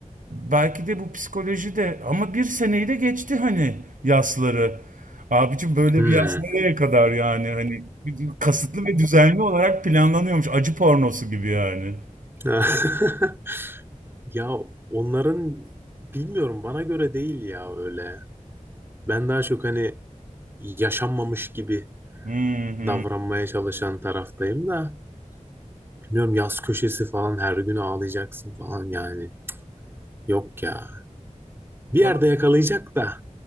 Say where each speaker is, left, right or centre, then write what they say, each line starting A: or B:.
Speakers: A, on the right; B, on the right.
A: Belki de bu psikoloji de ama bir seneyi de geçti hani yasları. Abicim böyle
B: hmm.
A: bir yas nereye kadar yani hani kasıtlı ve düzenli olarak planlanıyormuş acı pornosu gibi yani.
B: <laughs> Ya onların bilmiyorum bana göre değil ya öyle. Ben daha çok hani yaşanmamış gibi
A: Hı hı.
B: davranmaya çalışan taraftayım da. Bilmiyorum yaz köşesi falan her gün ağlayacaksın falan yani. Yok ya. Bir yerde
A: Bana,
B: yakalayacak da.